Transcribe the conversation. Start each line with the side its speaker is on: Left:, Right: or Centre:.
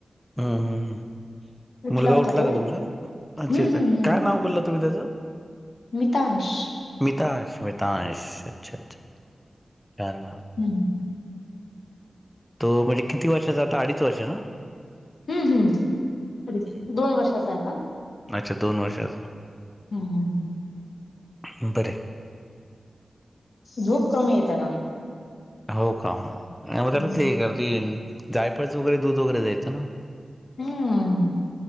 Centre: हा हम्म हम्.
Left: कुठला
Centre: मुलगा
Left: होता
Centre: उठला
Left: तो?
Centre: का तुमचा? अच्छा
Left: हम्म
Centre: अच्छा.
Left: हम्म हम्म
Centre: काय नाव बोलला तुम्ही त्याचं?
Left: मितांश.
Centre: मितांश मितांश अच्छा अच्छा छान नाव.
Left: हम् हम.
Centre: तो म्हणजे किती वर्षाचा आता अडीच वर्ष ना.
Left: हम्म हम्म अडीच
Centre: हम्म.
Left: दोन वर्षाचा आहे आता.
Centre: अच्छा दोन वर्षांचं
Left: हम्म हम्म.
Centre: बरंय.
Left: झोप कमी आहे त्याला.
Centre: हो का मग त्याला
Left: हम्म.
Centre: ते जायफळच वगैरे दूध वगैरे द्यायचं ना.
Left: हम्म